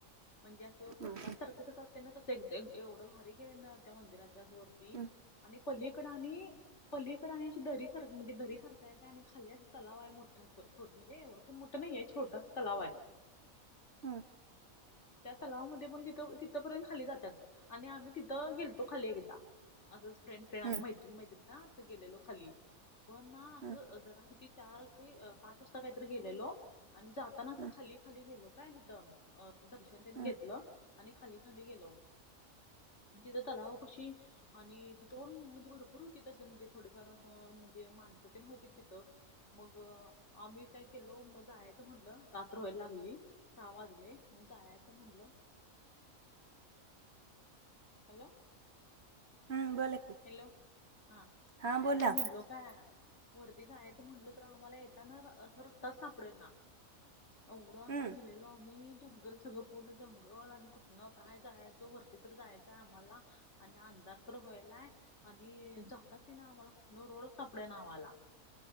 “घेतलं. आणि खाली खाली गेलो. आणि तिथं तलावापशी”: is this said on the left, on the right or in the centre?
Left